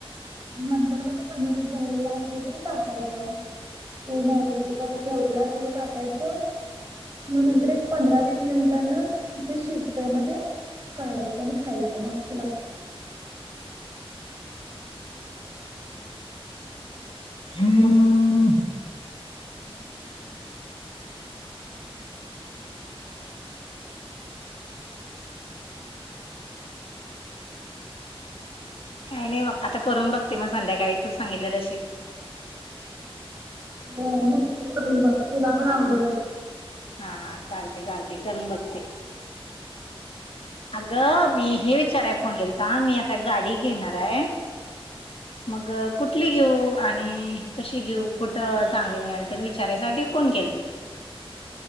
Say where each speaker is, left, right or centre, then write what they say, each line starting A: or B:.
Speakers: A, on the right; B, on the left.
A: नंतर म ते पनीर झालेलं असलं तर टाकायचं ते मॅरिनेट करायला ठेवलेलं असतय ते टाकायचं मग नंतर एक पंधरा वीस मिनिटानं ते शिजतंय मग ते काढायचं आणि खायचं मस्त लागतंय
B: हम्म काही नाही बग आता करून बघते मग संध्याकाळी तू सांगितलं तशी
A: बरं मग नक्कीच करून बघ तुला पण आवडलच.
B: हा हा चालतय चालतय करून बघते अगं मी हे विचाराय फोन केलता, मी आता गाडी एक घेणार हाय.
A: ह
B: मग कुठली घेऊ आणि कशी घेऊ कुठं चांगली मिळेल ते विचारायसाठी फोन केलता